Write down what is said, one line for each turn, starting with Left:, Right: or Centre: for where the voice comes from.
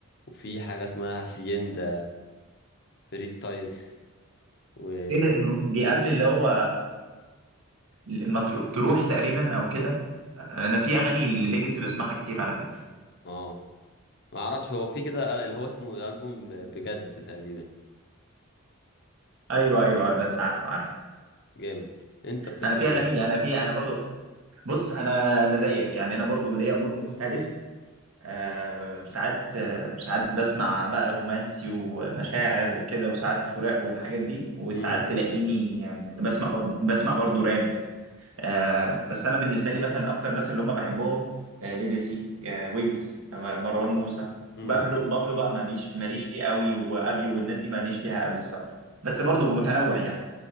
Left: وفي حاجه اسمها هاسيندا فري ستايل و
Right: ايه ده دي قبل اللي هو ما ترو- تروح تقريبا او كده انا في اغاني الليجاسي بسمعها كتير على فكره
Left: اه ما اعرفش هو في كده قال- اللي هو اسمه البوم ب- بجد تقريبا
Right: ايوه ايوه بس عارف عارف
Left: جامد انت بتسمع
Right: انا في
Left: ايه
Right: اغاني انا في انا برضو بص انا انا زيك يعني انا برضو ليا مود مختلف آه ساعات آه ساعات بسمع بقى رومانسي ومشاعر وكده وساعات فراق والحاجات دي وساعات
Left: امم
Right: تلاقيني آه، بسمع برضو بسمع برضو راب آه بس انا بالنسبه لي مثلا اكتر ناس اللي هم بحبهم آه ليجاسي آه ويجز آه مروان موسى
Left: امم
Right: بابلو بابلو بقى ماليش ماليش فيه قوي وابيو والناس دي ماليش فيها قوي الصراحه بس برضو متنوع يعني